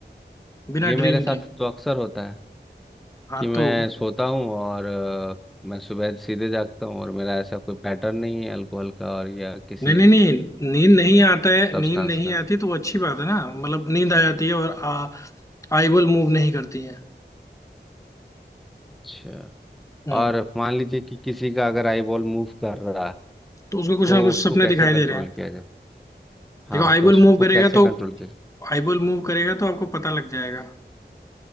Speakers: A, on the left; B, in the centre.
A: बिना
B: ये मेरे
A: ड्रीम
B: साथ
A: के
B: तो अक्सर होता है
A: हाँ
B: कि मैं
A: तो
B: सोता हूँ और अ, मैं सुबह सीधे जागता हूँ और मेरा ऐसा कोई पैटर्न नहीं है अल्कोहल का और या किसी
A: नहीं नहीं नहीं नींद नहीं आता है
B: सब्सटेंस
A: नींद नहीं
B: का
A: आती तो वो अच्छी बात है ना मतलब नींद आ जाती है और आ, आईबॉल मूव नहीं करती है
B: अच्छा
A: हम्म
B: और मान लीजिए कि किसी का अगर आई बॉल मूव कर रहा है
A: तो उसको कुछ
B: तो
A: ना कुछ
B: उसको
A: सपने
B: कैसे
A: दिखाई
B: कंट्रोल
A: दे रहे हैं
B: किया जाए हाँ
A: देखो आईबॉल
B: तो उसको
A: मूव करेगा
B: कैसे
A: तो
B: कंट्रोल किया जाए
A: आईबॉल मूव करेगा तो आपको पता लग जाएगा